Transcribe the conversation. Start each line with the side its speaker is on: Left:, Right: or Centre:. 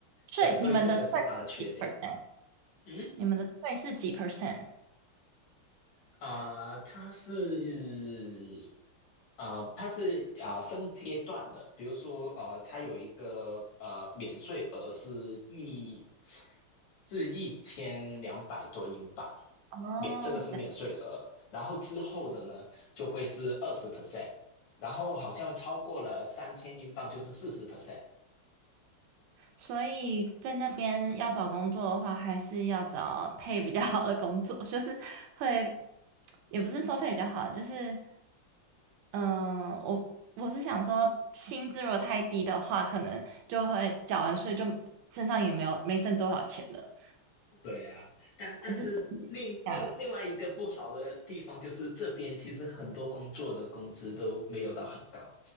Right: 所以你们的税是几
Left: 对，所以这个是它的缺点。
Right: percent？
Left: 嗯，
Right: 你们的税是几 percent？
Left: 啊、它是啊、它是啊、分阶段的，比如说啊它有一个呃免税额是一是一千两百多英镑，
Right: 哦，
Left: 免这个是免税额，然后之后的呢就会是二十 percent，然后好像超过了三千英镑就是四十 percent。
Right: 所以在那边要找工作的话，还是要找配比较好的工作，<laughs> 就是会，也不是说配比较好，就是嗯，呃我我是想说，薪资如果太低的话，可能就会缴完税就身上也没有没剩多少钱了，
Left: 对啊，但但是另另另外一个不好的地方就是这边其实很多工作的工资都没有到很高，
Right: 还是省下下来。